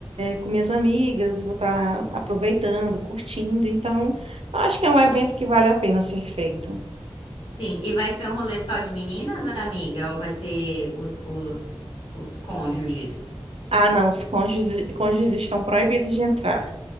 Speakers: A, on the right; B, on the left.
A: com minhas amigas, vou estar aproveitando, curtindo. Então, eu acho que é um evento que vale a pena ser feito.
B: Sim, e vai ser um rolê só de meninas, amiga? Ou vai ter os, os, os cônjuges?
A: Ah, não, os cônjuges, cônjuges estão proibidos de entrar.